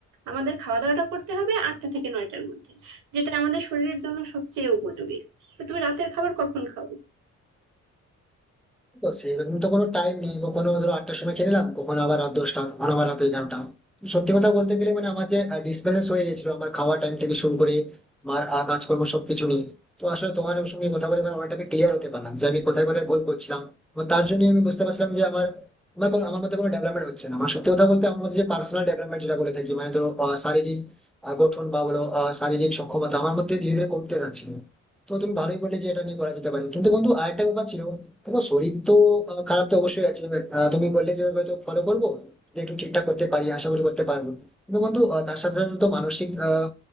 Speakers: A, on the right (about 90°); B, in the centre.
A: আমাদের খাওয়া দাওয়াটা করতে হবে আটটা থেকে নয়টার মধ্যে যেটা আমাদের শরীরের জন্য সবচেয়ে উপযোগী তো তুমি রাতের খাবার কখন খাও
B: তো সেরকম তো কোনো টাইম নেই কখনো ধরো আটটার সময় খেয়ে নিলাম কখনো আবার রাত দশটা কখনো আবার রাত এগারোটা তো সত্যি কথা বলতে গেলে মানে আমার যে ডিসব্যালেন্স হয়ে গেছিল আমার খাওয়া টাইম থেকে শুরু করে আমার আহ, কাজকর্ম সবকিছু নিয়ে তো আসলে তোমার সঙ্গে কথা বলে মানে অনেকটা আমি ক্লিয়ার হতে পারলাম যে আমি কোথায় কোথায় ভুল করছিলাম এবং তার জন্য আমি বুঝতে পারছিলাম যে আমার আমার কোনো আমার মধ্যে কোনো ডেভেলপমেন্ট হচ্ছে না আমার সত্যি কথা বলতে আমার মধ্যে যে পার্সোনাল ডেভেলপমেন্ট যেটা বলে থাকি মানে ধরো আহ, শারীরিক আহ, গঠন বা বলো আহ, শারীরিক সক্ষমতা আমার মধ্যে ধীরে ধীরে কমতে যাচ্ছিল তো তুমি ভালোই বললে যে এটা নিয়ে করা যেতে পারে কিন্তু বন্ধু আরেকটা ব্যাপার ছিল দেখো শরীর তো আহ, খারাপ তো অবশ্যই আছে আহ, তুমি বললে যে আমি হয়তো ফলো করবো যে একটু ঠিকঠাক করতে পারি আশা করি করতে পারবো কিন্তু বন্ধু আহ, তার সাথে সাথে তো মানসিক আহ,